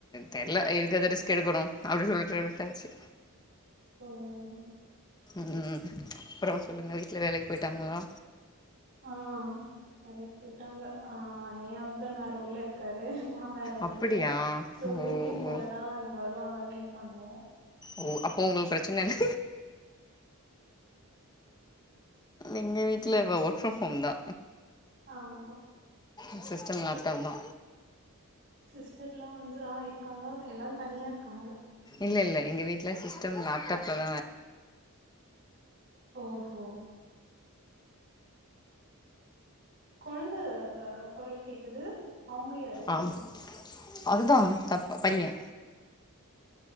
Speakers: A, on the left; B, on the right.
A: தெரில எதுக்கு அது ரிஸ்க் எடுக்கணு அப்டின் சொல்லிட்டு விட்டாச்சு
B: ம்
A: ம் அப்ரோ சொல்லுங்க வீட்ல எல்லா வேலைக்கு போய்ட்டாங்களா
B: ஆ வேலைக் போய்ட்டாங்க ஆ எ ஹஸ் பண்ட் வேற ஊர்ல இருக்காரு நா வேற
A: அப்படியா
B: ஊர்ல சோ
A: ஓ
B: வீக்கெண்ட் போலதா
A: ஓ
B: இங்க வரு வாங்க மீட் பண்ணுவோ
A: ஓ அப்போ உங்களுக்கு பிரச்சனயில்ல எங்க வீட்ல இப்போ வொர்க் ஃப்ரம் ஹோம் தா
B: ஆமா
A: எ சிஸ்டம் லேப்டாப் தா
B: சிஸ்டர்லா வந்து ஆ இருக்காங்க எல்லா தனியாருக்காங்க
A: இல்லல்ல எங்க வீட்ல சிஸ்டம் லேப்டாப்ல தா வே
B: ஓ கோ கொழந்த அ குரல் கேக்குது அவங்க யாரு
A: ஆம் அதுதா தப் பைய